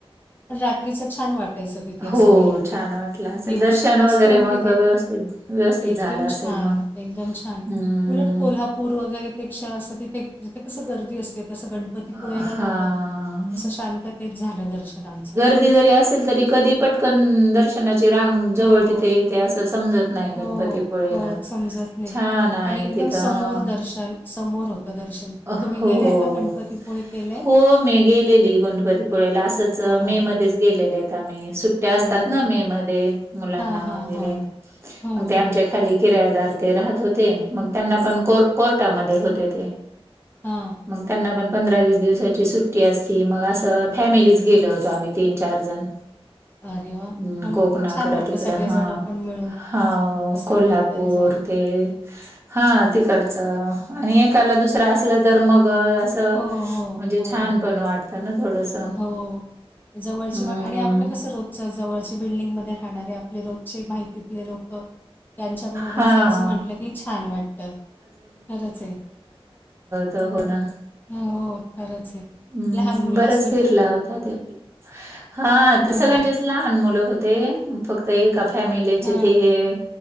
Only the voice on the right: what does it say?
हो
छान वाटलं असेल
दर्शन
वगैरे
मग
व्यवस्थित व्यवस्थित
झाला असेल
मग
हम्म
हा.
र्दी जरी असेल तरी कधी पटकन दर्शनाची रांग
जवळ तिथे येते असं समजत नाय गणपतीपुळेला
छान हाय
तिथं
अं
अ
हो
हो
हो. मी गेलेली गणपतीपुळेला असंच
मे मध्येच गेलेलेत आम्ही सुट सुट्या असतात
ना
मे मध्ये मुलांना
वगैरे
मग ते आमच्या खाली किरायादार ते राहत होते. मग त्यांना पण कोर कोर्टामध्ये होते ते
मग त्यांना पण पंधरा वीस दिवसाची सुट्टी असती. मग असं, फॅमिलीच गेलो होतो आम्ही तीन चार जण
हम्म
कोकणाकड
तिकड,
हा,
हा
कोल्हा
पोर
ते हा तिकडचं आणि एकाला दुसरं असलं तर मग अस
म्हणजे
छान पण वाटत ना थोडस
हम्म.
हां.
त हो ना
हम्म.
बरंच
फिरला होता त्या हा
ते सगळ्यांचेच लहान मुलं होते फक त्या एका फॅमिलीचे
ते हे